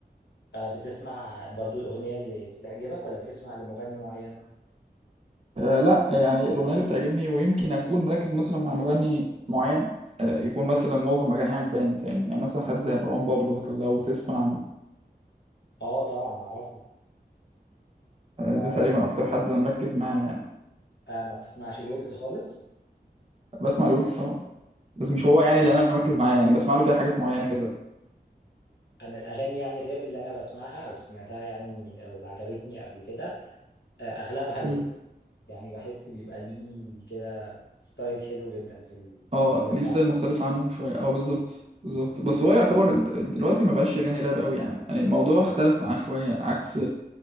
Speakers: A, on the left; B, on the right.
A: آه، بتسمع برضو الاغنيه اللي بتعجبك ولا بتسمع لمغني معين
B: آه لا يعني الاغنيه اللي بتعجبني ويمكن اكون مركز مثلا مع مغني معين آه، يكون مثلا معظم اغانيه عجباني فاهم يعني مثلا حد زي مروان بابلو لو تسمع
A: اه طبعا اعرفه
B: آه،
A: آه
B: ده تقريبا اكتر حد انا مركز معاه يعني
A: آه، ما بتسمعش الويجز خالص
B: بسمع لويجز طبعا بس مش
A: أمم،
B: هو يعني
A: انا
B: اللي انا مركز معاه يعني بسمع له كده حاجات معينه كده
A: انا الاغاني يعني الراب اللي انا بسمعها او سمعتها يعني او اللي عجبتني قبل كده آه، اغلبها الويجز
B: امم
A: يعني بحس بيبقى ليه كده ستايل حلو جدا في الاغنيه
B: اه ليه
A: بتاعته
B: ستايل مختلف عنهم شويه اه بالظبط بالظبط بس هو يعتبر د- دلوقتي ما بقاش يغني راب قوي يعني يعني الموضوع اختلف معاه شويه عكس